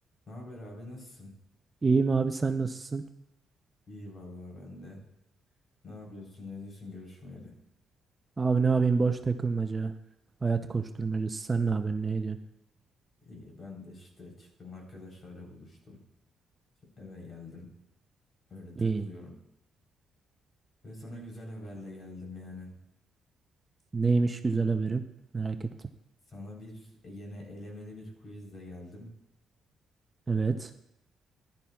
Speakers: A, on the left (about 50°); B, on the right (about 20°).
A: Ne haber abi nasılsın?
B: İyiyim abi sen nasılsın?
A: İyi vallahi ben de. Ne yapıyorsun ne diyorsun görüşmeyeli?
B: Abi ne yapayım boş takılmaca. Hayat koşturmacası sen ne yapıyorsun ne ediyorsun?
A: İyi ben de işte çıktım arkadaşlarla buluştum. Şimdi eve geldim öyle
B: İyi.
A: takılıyorum. Ve sana güzel haberle geldim yani.
B: Neymiş güzel haberim? Merak ettim.
A: Sana bir e, yine elemeli bir quizle geldim.
B: Evet.